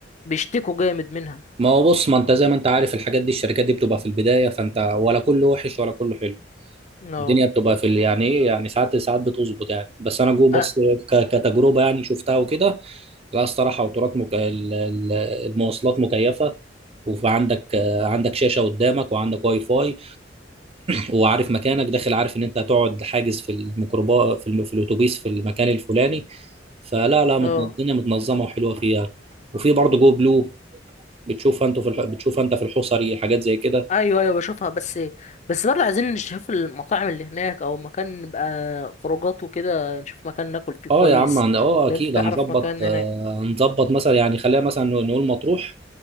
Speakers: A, on the left; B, on the right.
A: بيشتكوا جامد منها
B: ما هو بص ما انت زي ما انت عارف الحاجات دي الشركات دي بتبقى في البدايه فانت ولا كله وحش ولا كله حلو
A: اه
B: الدنيا بتبقى في ال- يعني ايه يعني ساعات ساعات بتظبط يعني بس انا جو بص
A: اه
B: ك- كتجربه يعني شفتها وكده لا الصراحه وترات مك... ال- ال- المواصلات مكيفه وعندك آه، عندك شاشه قدامك وعندك واي فاي وعارف مكانك داخل عارف ان انت هتقعد حاجز في الميكروبا في, الم... في الاتوبيس في المكان الفلاني فلا لا متن-
A: اه
B: الدنيا متنظمه وحلوه فيها وفي برضه جو بلو بتشوف انت في الح... بتشوف انت في الحصري حاجات زي كده
A: ايوه ايوه بشوفها بس بس برضه عايزين نشوف المطاعم اللي هناك او مكان نبقى خروجات وكده نشوف مكان ناكل فيه كويس
B: اه يا عم عن- اه اكيد
A: لو انت تعرف
B: هنظبط
A: مكان
B: آه،
A: هناك
B: هنظبط مثلا يعني خلينا مثلا نقول مطروح